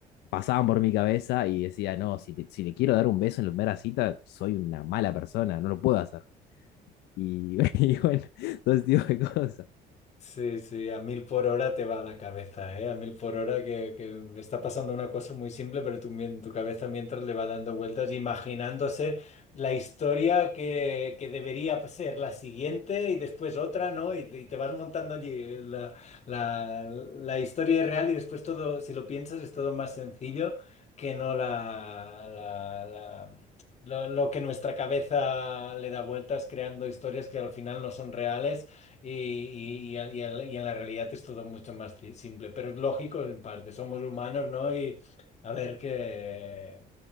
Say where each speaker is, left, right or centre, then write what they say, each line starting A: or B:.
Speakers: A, on the left (about 80°); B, on the left (about 40°).
A: pasaban por mi cabeza y decía, no, si, te- si le quiero dar un beso en la primera cita, soy una mala persona, no lo puedo hacer. Y, <laughs> y bueno, todo ese tipo de cosas.
B: Sí, sí, a mil por hora te va la cabeza, ¿eh? A mil por hora que, que me está pasando una cosa muy simple, pero tu, mien- tu cabeza mientras le va dando vueltas, imaginándose la historia que, que debería ser la siguiente y después otra, ¿no? Y, te y te vas montando allí la, la, la historia real y después todo, si lo piensas, es todo más sencillo que no la, la- la- lo lo que nuestra cabeza le da vueltas creando historias que al final no son reales y, y- y y en la y en la realidad es todo mucho más ci- simple, pero es lógico en parte, somos humanos, ¿no? Y a ver que,